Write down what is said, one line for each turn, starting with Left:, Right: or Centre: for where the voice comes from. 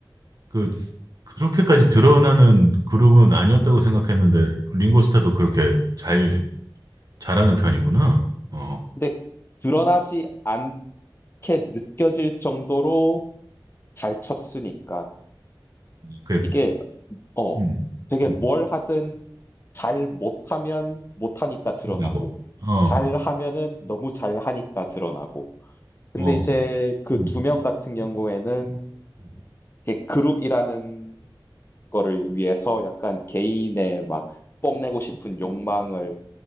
Right: 그 그렇게까지 드러나는 그룹은 아니었다고
Left: 음,
Right: 생각했는데 링고스타도 그렇게 잘
Left: 음.
Right: 잘하는 편이구나. 어,
Left: 근데 드러나지 않게 느껴질 정도로 잘 쳤으니까
Right: 그,
Left: 이게 어,
Right: 음,
Left: 되게
Right: 음,
Left: 뭘 하든 잘 못하면 못하니까 드러나고,
Right: 나고, 어,
Left: 잘 하면은 너무 잘 하니까 드러나고. 근데
Right: 어,
Left: 이제 그
Right: 음,
Left: 두 명 같은 경우에는
Right: 음,
Left: 이렇게 그룹이라는 거를 위해서 약간 개인의 막 뽐내고 싶은 욕망을